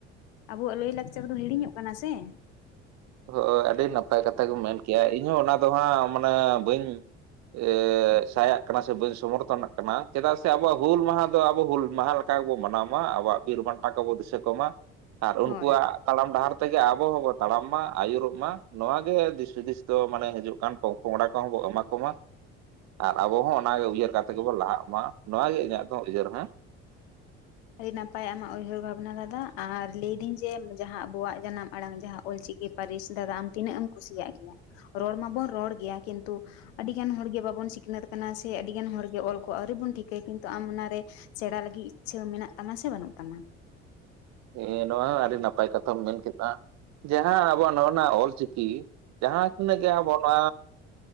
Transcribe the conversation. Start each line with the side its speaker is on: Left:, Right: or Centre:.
Left: ᱟᱵᱚᱣᱟᱜ ᱞᱟᱹᱭ ᱞᱟᱠᱪᱟᱨ ᱫᱚ ᱦᱤᱲᱤᱧᱚᱜ ᱠᱟᱱᱟ ᱥᱮ ᱾
Right: ᱦᱳ ᱚ ᱟᱹᱰᱤ ᱱᱟᱯᱟᱭ ᱠᱟᱛᱷᱟ ᱜᱮᱢ ᱢᱮᱱ ᱠᱮᱜ-ᱟ ᱤᱧᱦᱚ ᱚᱱᱟ ᱫᱚ ᱦᱟᱸᱜ ᱢᱟᱱᱮ ᱵᱟᱹᱧ ᱮ ᱥᱟᱭᱟᱜ ᱠᱟᱱᱟ ᱥᱮ ᱵᱟᱹᱧ ᱥᱚᱢᱚᱨᱛᱷᱚᱱᱟᱜ ᱠᱟᱱᱟ, ᱪᱮᱫᱟᱜ ᱥᱮ ᱟᱵᱚᱣᱟᱜ ᱦᱩᱞ ᱢᱟᱦᱟ ᱫᱚ ᱟᱵᱚ ᱦᱩᱞ ᱢᱟᱦᱟ ᱞᱮ ᱚᱱᱠᱟ ᱜᱮᱵᱚ ᱢᱟᱱᱟᱣ ᱢᱟ ᱟᱵᱚᱣᱟᱜ ᱵᱤᱨ ᱵᱟᱱᱴᱟ ᱠᱚᱵᱚ ᱫᱤᱥᱟᱹ ᱠᱚᱢᱟ ᱾ ᱟᱨ ᱩᱱᱠᱩᱣᱟᱜ
Left: ᱦᱳᱭ
Right: ᱛᱟᱲᱟᱢ ᱰᱟᱦᱟᱨ ᱛᱮᱜᱮ ᱟᱵᱚ ᱦᱚᱸᱵᱚ ᱛᱟᱲᱟᱢ ᱢᱟ᱾ ᱟᱹᱭᱩᱨᱚᱜ ᱢᱟ ᱱᱚᱣᱟ ᱜᱮ ᱫᱤᱥ ᱦᱩᱫᱤᱥ ᱫᱚ ᱢᱟᱱᱮ ᱦᱤᱡᱩᱜ ᱠᱟᱱ ᱯᱚᱜ-ᱯᱚᱸᱜᱲᱟ ᱠᱚᱦᱚᱸ ᱵᱚ ᱮᱢᱟ ᱠᱚ ᱢᱟ᱾ ᱟᱨ ᱟᱵᱚ ᱦᱚᱸ ᱚᱱᱟᱜᱮ ᱩᱭᱦᱟᱹᱨ ᱠᱟᱛᱮ ᱜᱮᱵᱚ ᱞᱟᱦᱟᱜ ᱢᱟ ᱱᱚᱣᱟ ᱜᱮ ᱤᱧᱟᱹᱜ ᱫᱚ ᱩᱭᱦᱟᱹᱨ ᱦᱮᱸ ᱾
Left: ᱟᱹᱰᱤ ᱱᱟᱯᱟᱭ ᱟᱢᱟᱜ ᱩᱭᱦᱟᱹᱨ ᱵᱷᱟᱵᱽᱱᱟ ᱫᱟᱫᱟ ᱟᱨ ᱞᱟᱹᱭᱫᱟᱹᱧ ᱡᱮ ᱡᱟᱦᱟᱸ ᱟᱵᱚᱣᱟᱜ ᱡᱟᱱᱟᱢ ᱟᱲᱟᱝ ᱡᱟᱦᱟᱸ ᱚᱞᱪᱤᱠᱤ ᱯᱟᱹᱨᱤᱥ ᱫᱟᱫᱟ ᱟᱢ ᱛᱤᱱᱟᱹᱜ ᱮᱢ ᱠᱩᱥᱤᱭᱟᱜ ᱜᱮᱭᱟ? ᱨᱚᱲ ᱢᱟᱵᱚᱱ ᱨᱚᱲ ᱜᱮᱭᱟ ᱠᱤᱱᱛᱩ ᱟᱹᱰᱤᱜᱟᱱ ᱦᱚᱲᱜᱮ ᱵᱟᱵᱚᱱ ᱥᱤᱠᱷᱱᱟᱹᱛ ᱠᱟᱱᱟ ᱥᱮ ᱟᱹᱰᱤᱜᱟᱱ ᱦᱚᱲᱜᱮ ᱚᱞ ᱠᱚ ᱟᱹᱣᱨᱤ ᱵᱚᱱ ᱴᱷᱤᱠᱟᱹᱭ ᱠᱤᱱᱛᱩ ᱟᱢ ᱚᱱᱟᱨᱮ ᱥᱮᱬᱟ ᱞᱟᱹᱜᱤᱫ ᱤᱪᱪᱷᱟᱹ ᱢᱮᱱᱟᱜ ᱛᱟᱢᱟ ᱥᱮ ᱵᱟᱹᱱᱩᱜ ᱛᱟᱢᱟ ᱾
Right: ᱦᱮᱸ ᱱᱚᱣᱟ ᱦᱚᱸ ᱟᱹᱰᱤ ᱱᱟᱯᱟᱭ ᱠᱟᱛᱷᱟᱢ ᱢᱮᱱ ᱠᱮᱫᱟ ᱡᱟᱦᱟᱸ ᱟᱵᱚᱣᱟᱜ ᱱᱚᱜᱼᱚ ᱱᱟ ᱚᱞᱪᱤᱠᱤ ᱡᱟᱦᱟᱸ ᱛᱤᱱᱟᱹᱜ ᱜᱮ ᱟᱢ ᱚᱱᱟ